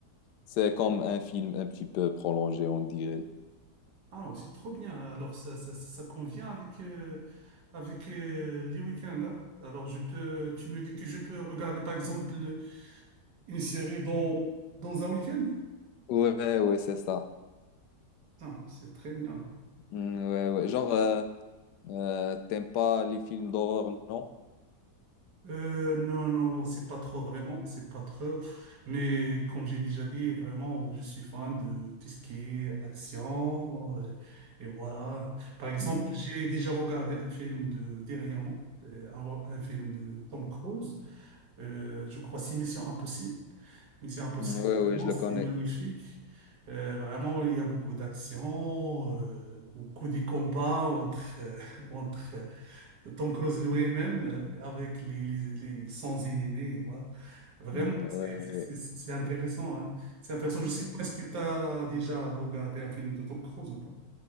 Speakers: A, on the left; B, on the right.
A: C'est comme un film un petit peu prolongé, on dirait.
B: Ah, c'est trop bien. Alors, ça, ça, ça convient avec, euh, avec euh, les week-ends. hein. Alors, je peux, tu me dis que je peux regarder, par exemple, une série dans, dans un week-end?
A: Ouais, ouais, c'est ça.
B: Non, c'est très bien.
A: Mm, ouais, ouais. Genre, euh, euh, t'aimes pas les films d'horreur, non?
B: Euh, non, non, c'est pas trop vraiment, c'est pas trop. Mais comme j'ai déjà dit, vraiment, je suis fan de tout ce qui est action. euh, et voilà. Par exemple,
A: Mm,
B: j'ai déjà regardé un film de dernièrement, euh, un, un film de Tom Cruise. Euh, je crois, c'est Mission Impossible. Mission Impossible,
A: mm, ouais, ouais,
B: vraiment,
A: je le
B: Oh.
A: connais.
B: c'est magnifique. Euh, vraiment, il y a beaucoup d'action, euh, beaucoup de combats entre, euh, <laughs> entre euh, Tom Cruise lui-même euh, avec les, les, les- sans ennemis. Voilà. Vraiment,
A: Mm,
B: c'est
A: ouais,
B: c'est-
A: ouais.
B: c'est- c'est intéressant. hein. C'est intéressant. Je
A: Mm.
B: ne sais pas, est-ce que tu as déjà regardé un film de Tom Cruise ou pas?